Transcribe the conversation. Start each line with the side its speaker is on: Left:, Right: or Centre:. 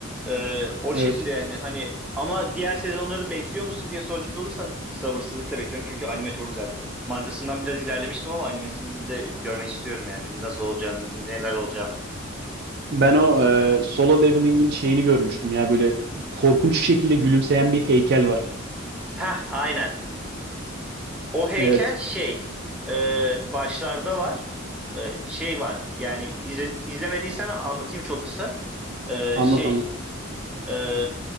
Centre: Ee, o
Right: Evet.
Centre: şekilde yani hani ama diğer sezonları bekliyor musun diye soracak olursan sabırsızlıkla bekliyorum çünkü anime çok güzeldi. Mangasından biraz ilerlemiştim ama animesini de görmek istiyorum yani nasıl olacağını, neler olacağını.
Right: Ben o e, solo leveling'in şeyini görmüştüm ya böyle korkunç şekilde gülümseyen bir heykel var.
Centre: Heh, aynen. O heykel
Right: Evet.
Centre: şey e, başlarda var. E, şey var yani izle- izlemediysen anlatayım çok kısa. E,
Right: Anlat
Centre: şey
Right: anlat.
Centre: e,